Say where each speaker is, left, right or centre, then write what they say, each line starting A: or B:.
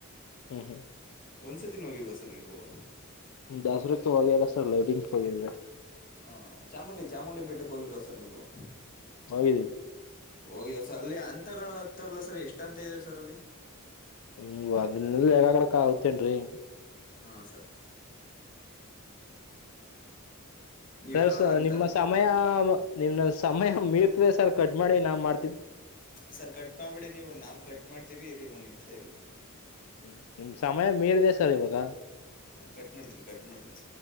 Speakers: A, on the left; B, on the left.
A: ಹ್ಮ್ ಹ್ಮ
B: ಒಂದ್ಸತಿಿನ ಹೋಗಿಲ್ವಾ ಸರ್ ನೀವು
A: ದಾಸರಕ್ ವಲ್ಲ ಸರ್ ಲೈಟಿಂಗ್ ವ
B: ಆ, ಚಾಮುಂಡಿ -ಚಾಮುಂಡಿ ಬೆಟ್ಟೆಗೆ ಹೋಗಿಲ್ವಾ ಸರ್ ನೀವು
A: ಹೋಗಿದಿನ್
B: ಹೋಗಿಲ್ಲ ಸರ್ ಅಲ್ಲಿ ಅಂತಗಳು ಹತ್ತಾರಲ್ಲ ಸರ್ ಎಷ್ಟು ಅಂತ ಇದೀವಿ ಸರ್ ಅಲ್ಲಿ
A: ಹ ಅದನ್ನಲ್ಲ ಯೇಗ ಕಡಕ ಆತೇನ್ರೀ
B: ಹಾ ಸರ್ ನೀವೆಲ್ಲ
A: ಸರ್
B: ಅಂತ
A: ನಿಮ್ಮ ಸಮಯ ನಿಮ್ ಸಮಯ ಮೀರ್ ಸರ್ ಕಡ್ ಮಾಡಿ ನಾ್ ಮಾಡ್ತೀವಿ
B: ಸರ್ ಕಟ್ ಮಾಡಬೇಡಿ ನೀವು ನಾಮ ಕಟ್ ಮಾಡ್ತೀವಿ ಇ ರೀ ಒಂದ್ ನಿಮಿಷ ಇ ರರಿ
A: ಹ್ಮ ನಿಮ್ ಸಮಯ ಮೀರಿದೆ ಸರ್ ಇವಾಗ
B: ಕಟ್ ಮಾಡ್ತೀನಿ ಕಟ್ ಮಾಡ್ತೀನಿ ಸರ್